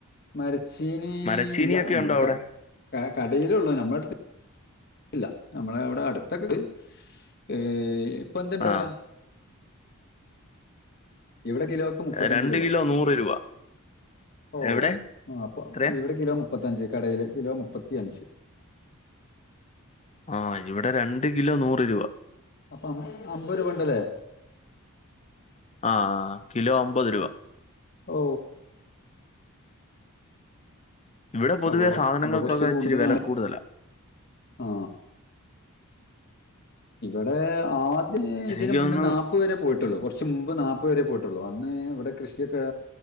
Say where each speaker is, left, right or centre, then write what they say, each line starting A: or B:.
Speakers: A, on the left; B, on the left.
A: മരച്ചീനി
B: മരച്ചീനിയൊക്കെ
A: ഇല്ല നമ്മളൊക്കെ
B: ഉണ്ടോ അവിടെ
A: ക കടേലുള്ളൂ നമ്മടടുത്ത് ഇല്ല നമ്മള അവിടെ അടുത്തൊക്കെണ്ട് ഏഹ് ഇപ്പൊ എന്ത്ണ്ട്
B: ആ
A: വെല ഇവിടെ കിലോക്ക് മുപ്പത്തഞ്ച്
B: രണ്ട്
A: രൂപ
B: കിലോ നൂറ് രൂപ
A: ഓ
B: എവിടെ
A: ആ അപ്പൊ
B: എത്രയാ
A: ഇവിടെ കിലോ മുപ്പത്തിഞ്ച് കടയില് കിലോ മുപ്പത്തിയഞ്ച്
B: ആ ഇവിടെ രണ്ട് കിലോ നൂറ് രൂപ
A: അപ്പ അമ്പ അമ്പത് രൂപ ഉണ്ടല്ലേ
B: ആ കിലോ അമ്പത് രൂപ
A: ഓ
B: ഇവിടെ പൊതുവെ
A: അപ്പൊ
B: സാധനങ്ങൾക്കൊക്കെ
A: അപ്പൊ കുറച്ച് കൂടുതലാണ്
B: ഇച്ചിരി വെല കൂടുതലാ
A: ആ ഇവിടെ ആദ്യ
B: എനിക്ക്
A: ഇതിന് മുന്നേ
B: തോന്നുന്നു
A: നാപ്പ ഇതുവരെ പോയിട്ടുള്ളൂ കൊറച്ച് മുമ്പ് നാപ്പത് രൂപ വരെ പോയിട്ടുള്ളൂ അന്ന് ഇവിടെ കൃഷിയൊക്കെ